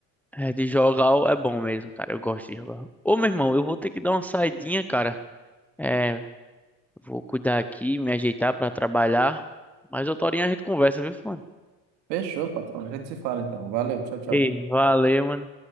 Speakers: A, in the centre; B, on the right.
A: É, de jogar é bom mesmo, cara. Eu gosto de jogar. Ô, meu irmão, eu vou ter que dar uma saidinha, cara. É, vou cuidar aqui, me ajeitar pra trabalhar. Mas outra horinha a gente conversa, viu, mano?
B: Fechou, patrão. A gente se fala então. Valeu, tchau, tchau.
A: Ei, valeu, mano.